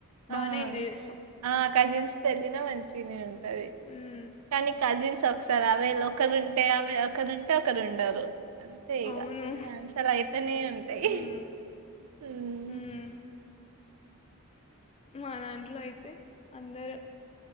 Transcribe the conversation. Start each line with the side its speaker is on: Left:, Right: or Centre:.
Left: బానే
Right: ఆ!
Left: ఎంజాయ్ చేస్
Right: ఆ కజిన్స్ తో ఎల్లిన మంచిగ నే ఉంటది.
Left: ఉమ్
Right: కానీ కజిన్స్ ఒకసారి అవేల్ ఒకరుంటే అవె ఒకరుంటే ఒకరు ఉండరు. అంతే ఇగ
Left: అవును
Right: క్యాన్సల్ అయితేనే ఉంటాయి
Left: ఉమ్
Right: హుమ్
Left: ఉమ్ మా దాంట్లో అయితే అందరు